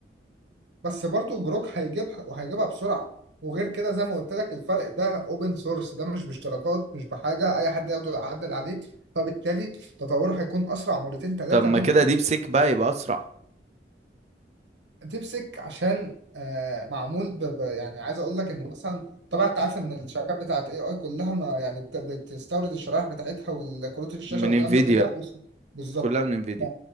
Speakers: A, on the right; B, on the right.
A: بس برضو جروك هيجيبها وهيجيبها بسرعة وغير كده زي ما قلت لك الفرق ده اوبن سورس ده مش باشتراكات مش بحاجة اي حد يقدر يعدل عليه فبالتالي تطوره هيكون اسرع مرتين ثلاثة
B: طب ما
A: من
B: كده ديب سيك بقى يبقى اسرع
A: ديبسيك عشان آه معمول ب... ب... يعني عايز اقول لك انه مثلا طبعا انت عارف ان الشركات بتاعت اي اي كلها ما يعني بت... بتستورد الشرائح بتاعتها والكروت الشاشه
B: من
A: والكلام
B: انفيديا
A: ده كلها بس... بالظبط
B: كلها من انفيديا
A: ف...